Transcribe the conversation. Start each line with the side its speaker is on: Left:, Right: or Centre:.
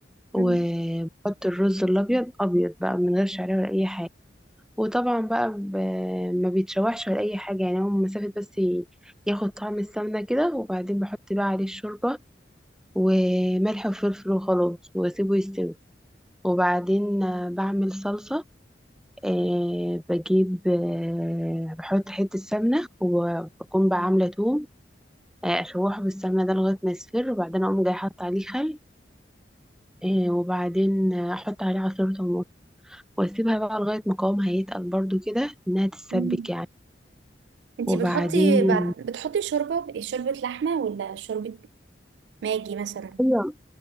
Centre: وبحط
Right: مم.
Centre: الرز الأبيض أبيض بقى من غير شعرية ولا أي حاجة وطبعا بقى ب... ما بيتشوحش ولا اي حاجه يعني هو مسافه بس ي- ياخد طعم السمنه كده وبعدين بحط بقى عليه الشوربه وملح وفلفل وخلاص واسيبه يستوي وبعدين آه، بعمل صلصه أه بجيب أه بحط حته سمنه وبكون بقى عامله توم آه، اشوحه بالسمنه ده لغايه ما يصفر وبعدين اقوم جاي حاطه عليه خل أه وبعدين آه، احط عليه عصير طماطم واسيبها بقى لغايه ما قوامها يتقل برضو كده انها تتسبك
Right: مم.
Centre: يعني
Right: انتي
Centre: وبعدين
Right: بتحطي بعد بتحطي شوربة شوربة لحمة ولا شوربة ماجي مثلا
Centre: ايوه